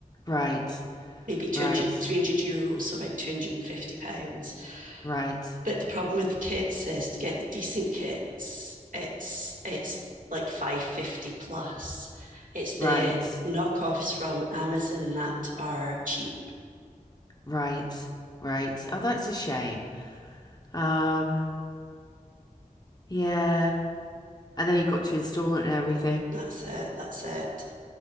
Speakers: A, on the left; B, on the right.
A: Right,
B: maybe two
A: right,
B: hundred, 300 euros, so about two hundred and fifty pounds.
A: right,
B: But the problem with the kits is to get the decent kits, it's it's like five fifty plus. It's the
A: right,
B: knockoffs from Amazon that are cheap.
A: right, right. Oh, that's a shame. Um, yeah. And then you've got to install it and everything.
B: That's it. That's it.